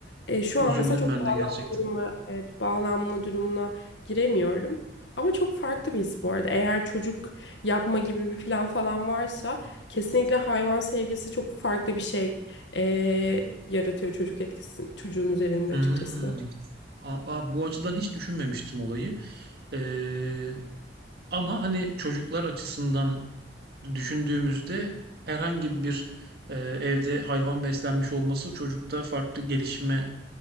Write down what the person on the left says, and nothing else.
E, şu
an mesela çok
bağlanma
durumu, evet, bağlanma durumuna giremiyorum. Ama çok farklı bir his bu arada. Eğer çocuk yapma gibi bir plan falan varsa kesinlikle hayvan sevgisi çok farklı bir şey e, yaratıyor çocuk etkisini çocuğun üzerinde
açıkçası.